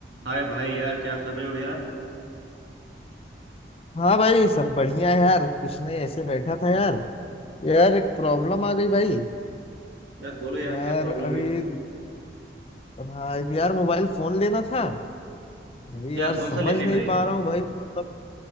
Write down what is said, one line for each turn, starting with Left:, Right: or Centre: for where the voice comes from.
Right: हाय भाई यार क्या कर रहे हो यार
Left: हाँ भाई सब बढ़िया है यार कुछ नहीं ऐसे बैठा था यार यार एक प्रॉब्लम आ गई भाई
Right: यार बोलो यार
Left: यार
Right: क्या प्रॉब्लम
Left: अभी
Right: है
Left: हाँ एक यार मोबाइल फोन लेना था अभी
Right: यार
Left: यार
Right: कौन
Left: समझ
Right: सा लेने
Left: नहीं
Right: का है
Left: पा रहा हूँ भाई मतलब